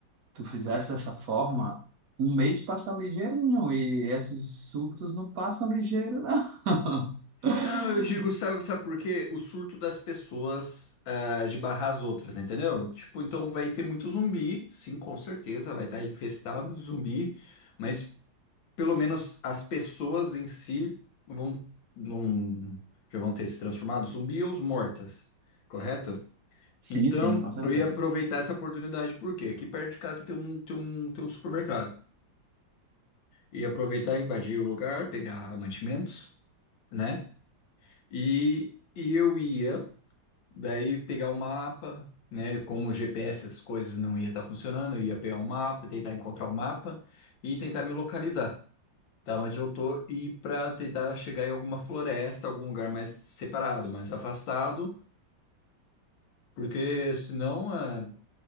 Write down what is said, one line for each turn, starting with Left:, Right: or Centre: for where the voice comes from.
Right: tu fizesse dessa forma, um mês passa ligeirinho e esses surtos não passam ligeiro, não. <laughs>
Left: Não, eu digo, sabe, sabe por quê? O surto das pessoas ah, de barrar as outras, entendeu? Tipo, então vai ter muito zumbi, sim, com certeza, vai estar infestado de zumbi, mas pelo menos as pessoas em si vão, não, já vão ter se transformado zumbi ou os mortas, correto?
Right: Sim,
Left: Então,
Right: sim, com certeza.
Left: eu ia aproveitar essa oportunidade, porque quê? Aqui perto de casa tem um, tem um, tem um supermercado. Ia aproveitar, invadir o lugar, pegar mantimentos, né? E, e eu ia. Daí pegar o mapa, né? Como o GPS as coisas não ia estar funcionando, eu ia pegar o mapa, tentar encontrar o mapa e tentar me localizar, tá? Onde eu tô e para tentar chegar em alguma floresta, algum lugar mais separado, mais afastado, porque senão é,